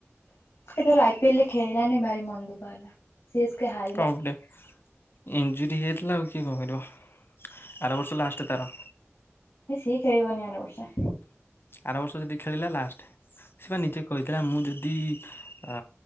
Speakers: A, on the left; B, on the left.
A: ଥର ଆଇ ପିଏଲରେ ଖେଳିଲାଣି ଭାରି ମନ୍ଦ ଦୁଃଖ ହେଲା୍। ସେିଷ କେ ହା
B: କଣ କହିଲ ଇଞ୍ଜୁରରି ହେଇଥିଲା ଆଉ କିଏ କଣ କରିବ ଆର ବର୍ଷ ଲାଷ୍ଟ ତାର।
A: ଏ ସି ଖେଳିବନି ଆର ବର୍ଷା
B: ଆର ବର୍ଷ ଯଦି ଖେଳିଲା ଲାଷ୍ଟ ସେ ବା ନିଜେ କହିଥିଲା ମୁଁ ଯଦି ଆ